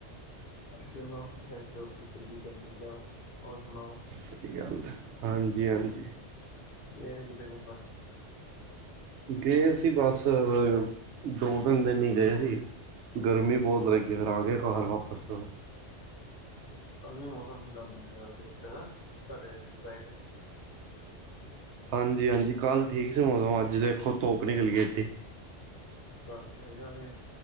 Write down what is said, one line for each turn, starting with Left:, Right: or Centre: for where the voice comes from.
Left: ਜੋ ਨਾ ਇਸ ਟੋਪਿਕ ਤ ਕੀ ਕਰਨ ਕ ਹੋਰ ਸੁਣਾਓ
Right: ਸਹੀ ਗੱਲ ਹੈ ਹਾਂਜੀ ਹਾਂਜੀ
Left: ਗਏ ਨੀ ਕਿਤੇ ਘੁੰਮਣ?
Right: ਗਏ ਸੀ ਬਸ ਦੋ ਤਿੰਨ ਦਿਨ ਹੀ ਗਏ ਸੀ। ਗਰਮੀ ਬਹੁਤ ਲੱਗੀ ਫਿਰ ਆ ਗਏ ਘਰ ਵਾਪਸ
Left: ਕੱਲ ਵੀ ਮੌਸਮ ਠੰਡਾ ਬਣਿਆ ਸੀ ਉੱਥੇ ਦਾ ਤੁਹਾਡੇ ਇਸ ਸਾਈਡ
Right: ਹਾਂਜੀ, ਹਾਂਜੀ ਕੱਲ੍ਹ ਠੀਕ ਸੀ ਮੌਸਮ ਅੱਜ ਦੇਖੋ ਧੁੱਪ ਨਿਕਲ ਗਈ ਇੱਡੀ
Left: ਕੱਲ ਕੋਈ ਗਲ ਨਹੀ